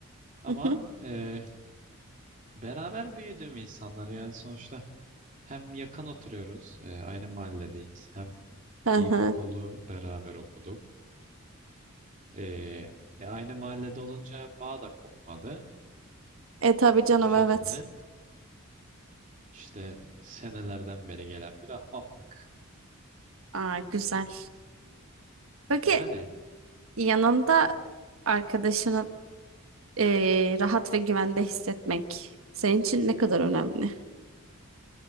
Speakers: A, on the right; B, on the right.
A: Ama
B: <laughs>
A: e, beraber büyüdüğüm insanlar yani sonuçta hem yakın oturuyoruz, e, aynı mahalledeyiz. Hem
B: Hı
A: ilkokulu
B: hı.
A: beraber okuduk. Ee, e, aynı mahallede olunca bağ da kopmadı.
B: E tabii canım
A: Bu şekilde
B: evet.
A: işte senelerden beri gelen bir ahbaplık.
B: Aa, güzel. Peki
A: Yani
B: yanında arkadaşını eee, rahat ve güvende hissetmek senin için ne kadar önemli?